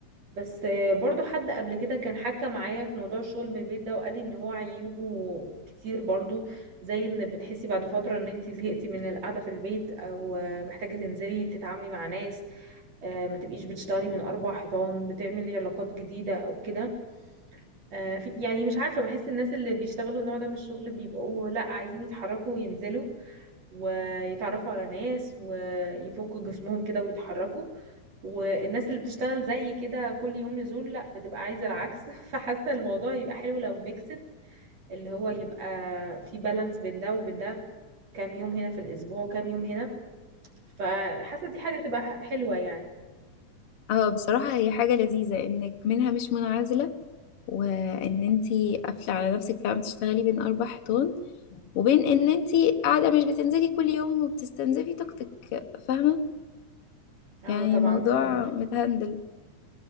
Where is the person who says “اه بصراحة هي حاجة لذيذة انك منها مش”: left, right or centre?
Left